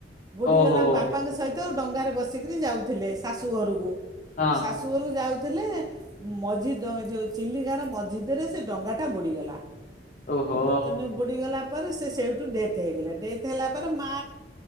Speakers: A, on the right (about 20°); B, on the left (about 45°).
A: ବୁଡ଼ି
B: ଓହୋ
A: ଗଲା ବାପାଙ୍କ ସହିତ ଡଙ୍ଗାରେ ବସ ବସିକରି ଯାଉଥିଲେ ଶାଶୁ ଘରକୁ
B: ହଁ
A: ଶାଶୁରୁ ଯାଉଛି। ଥିଲେ ମଝିଉ ଚିଲିକାର ମଝିଦରେ ସେ ଡଙ୍ଗାଟା ବୁଡ଼ିଗଲା।
B: ଓହୋ
A: ତେଣୁ ବୁଡ଼ିଗଲା ତାପରେ ସେ ସେଇଠୁ ଡେଥ୍ ହେଇଗଲା ଡେଥ ହେଲା ପରେ ମା